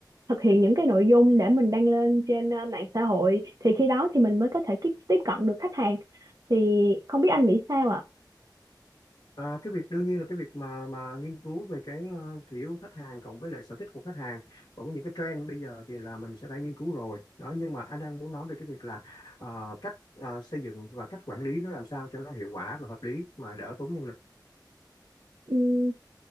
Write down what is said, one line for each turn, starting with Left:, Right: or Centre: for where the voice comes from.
Right: thực hiện những cái nội dung để mình đăng lên trên ờ, mạng xã hội thì khi đó thì mình mới có thể tiếp tiếp cận được khách hàng thì không biết anh nghĩ sao ạ
Left: À, cái việc đương nhiên là cái việc mà mà nghiên cứu về cái ờ, thị hiếu khách hàng cộng với lại sở thích của khách hàng còn có những cái trend bây giờ thì là mình sẽ phải nghiên cứu rồi đó nhưng mà anh đang muốn nói về cái việc là ờ, cách ờ, xây dựng và cách quản lý nó làm sao cho nó hiệu quả và hợp lý mà đỡ tốn nhân lực
Right: Ừm,